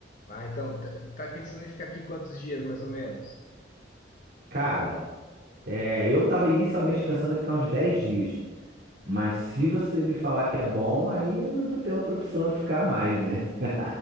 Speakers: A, on the left (about 40°); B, on the right (about 55°).
A: Ah, então, tá tá pensando em ficar aqui quantos dias, mais ou menos?
B: Cara, é, eu tava inicialmente pensando em ficar uns 10 dias.
A: Hum.
B: Mas se você me falar que é bom, aí eu não vou ter outra opção de ficar mais, né? <laughs>